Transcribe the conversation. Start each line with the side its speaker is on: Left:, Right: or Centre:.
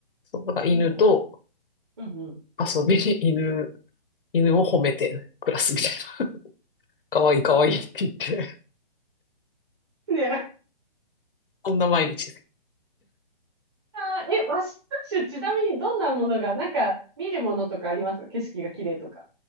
Left: そう、だから犬と
Right: そうなん。うんうん。
Left: 遊び、犬、犬を褒めて暮らすみたいな。<laughs> かわいいかわいいって言って、
Right: ねえ
Left: そんな毎日です。
Right: あー、え、ワシントン州、ちなみにどんなものが、なんか、見るものとかあります景色が綺麗とか。